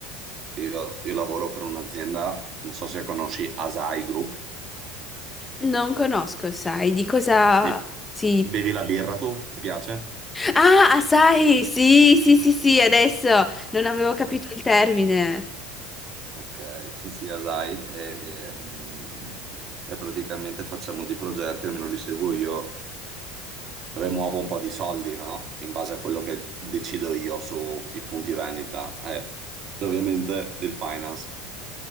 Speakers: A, on the right; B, on the left.
A: che io, io lavoro per un'azienda, non so se conosci Asai Group.
B: Non conosco, sai, di cosa
A: Be-
B: si...
A: Bevi la birra tu? Ti piace?
B: Ah, ah, sai, sì, sì, sì, sì, adesso non avevo capito
A: No.
B: il termine.
A: Ok, sì, sì, Asai, e, e, mm, e praticamente facciamo dei progetti, almeno li seguo io, rimuovo un po' di soldi, no? In base a quello che decido io sui punti vendita. E ovviamente il finance,